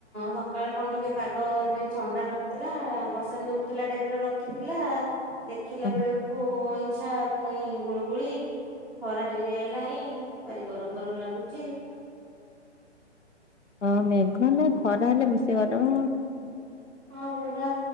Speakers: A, in the centre; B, on the left.
A: ସକାଳେ କଣ ଟିକେ ପାଗ ଯ ଛଣ୍ଡା ରଖିଥିଲା ବସନ୍ତି <unintelligible> ଟାଇପ ର ରଖିଥିଲା, ଦେଖିଲା
B: ଓହୋ।
A: ବେଳକୁ ଅଇଁଛା ପୁଣି ଗୁଳ ଗୁଳି ଖରା ଟିକେରି ଆଇଲାଣିି ଭାରି ଗରମ ଗରମ ଲାଗୁଚି।
B: ହଁ ମେଘ ନା ଖରା ହେଲେ ମିଶେଇ <unintelligible> ଆଉ।
A: ହଁ ଭରା